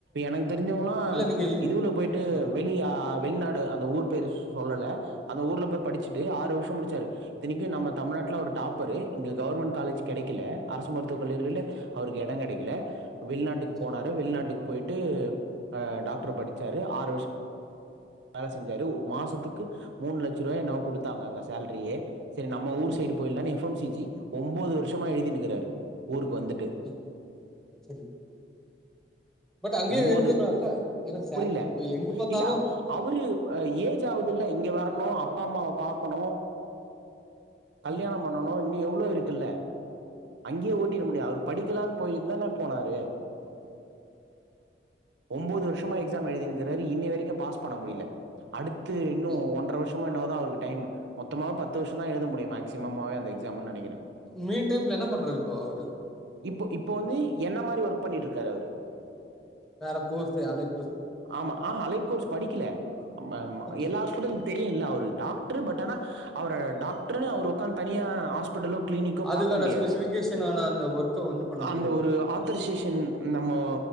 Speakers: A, on the right; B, in the centre.
A: எனக்கு தெருஞ்சவங்களா
B: நீங்க இ
A: இதுல போயிட்டு
B: ஆ
A: வெளிய ஆ வெளிநாடு அந்த ஊர் பேர் சொல்லல அந்த ஊர்ல போய் படுச்சுட்டு ஆறு வருஷோ முடுச்சாரு இத்தனைக்கு நம்ம தமிழ்நாட்ல அவர் டாப்பரு இங்க கவர்மண்ட் காலேஜ் கெடைக்கல அரசு மருத்துவக் கல்லூரில
B: ஓகே
A: அவருக்கு எடோ கெடைக்கல வெளிநாட்டுக்கு
B: சரி
A: போனாரு வெளிநாட்டுக்கு போயிட்டு அ டாக்டர் படுச்சாரு ஆறு வருஷ் வேல செஞ்சாரு ஒ மாசத்துக்கு மூணு லட்சரூவாயோ என்னவோ குடுத்தாங்க அங்க சேல்ரியே சரி நம்ம ஊர்
B: ஓகே
A: சைடு போயில்லான்னு எஃப் எம் சி ஜி ஒம்போது வருஷமா எழுதின்னுக்குறாரு ஊருக்கு வந்துட்டு
B: ஓகே சரி பட் அங்கயே
A: ஒம்போது
B: இருந்துருக்கலால ஏனா சா
A: புரியல
B: இப்ப எங்க பாத்தாலு
A: இல்ல அவரு ஏஜ் ஆகுதுல்ல இங்க வரணு அப்பா அம்மாவ பாக்கணு கல்யாணோ
B: ம்
A: பண்ணணு இன்னு எவ்ளோ இருக்குல்ல அங்கயே
B: ஆமா
A: ஓட்டிற முடியாது அவரு படிக்கலான் போயிதான போனாரு ஒம்போது வருஷமா எக்ஸாம் எழுதினுக்குறாரு இன்னமும் வரைக்கு பாஸ் பண்ண முடியல அடுத்து இன்னு
B: ஓகே
A: ஒன்ற வருஷோ மோதா என்னவோதா அவருக்கு டைமு மொத்தமா பத்து வருஷோ தா எழுத முடியு மேக்சிம்மாவே அந்த எக்ஸாமுன் நெனைக்கிறே
B: மீன் டைம்ல என்ன பண்றாரு இப்போ அவரு
A: இப்போ இப்போ வந்து என்ன மாரி ஒர்க் பண்ணிட்டு இருக்காரு அவரு
B: வேற கோர்சு அலை
A: ஆமா ஆ அலைன் கோர்ஸ் படிக்கல ம
B: ஓகே
A: எல்லா ஸ்டூடண்ட் தெரியுல்ல அவரு டாக்ட்ரு பட் ஆனா அவர டாக்ட்ருன்னு அவரு உக்காந்து தனியா ஹாஸ்பிட்டலு கிளினிக்கோ
B: அதுக்கான
A: பாக்க முடியாது
B: ஸ்பெசிஃபிகேஷன் ஆன அந்த ஒர்க்கை வந்து பண்ண முடியாது
A: அந்த ஒரு ஆ ஆத்தர்சேஷன் நம்மோ